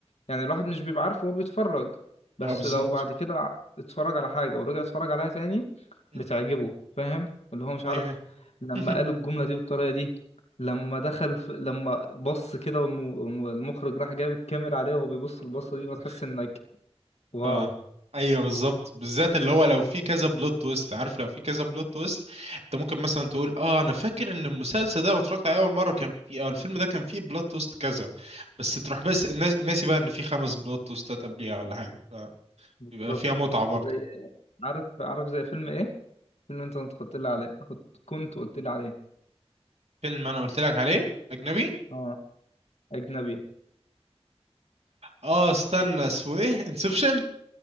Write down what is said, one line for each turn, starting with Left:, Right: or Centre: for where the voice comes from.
Left: يعني الواحد مش بيبقى عارف وهو بيتفرج بس
Right: اه بالظبط
Left: لو بعد كده اتفرج على حاجة ورجع اتفرج عليها تاني
Right: مم.
Left: بتعجبه فاهم اللي هو مش عارف
Right: ايوه
Left: لما
Right: <laughs>
Left: قالوا الجملة دي بالطريقة دي لما دخل في... لما بص كده والم... والمخرج راح جايب الكاميرا عليه وهو بيبص
Right: مم.
Left: البصة دي فتحس انك واو
Right: اه ايوه بالظبط بالذات اللي هو لو في كذا بلوت تويست عارف لو في كذا بلوت تويست انت ممكن مثلا تقول اه انا فاكر ان المسلسل ده لما اتفرجت عليه اول مره كان في اه الفيلم ده كان فيه بلوت تويست كذا بس تروح بس الناس- ناسي بقى ان في خمس بلوت تويستات قبليها ولا حاجه فبيبقى
Left: بالظبط
Right: فيها متعه برضه
Left: زي عارف عارف زي فيلم ايه؟ فيلم انت كنت قلت لي عليه كنت كنت قلت لي عليه
Right: فيلم انا قلت لك عليه اجنبي
Left: اه اجنبي
Right: اه استنى اسمه ايه انسبشن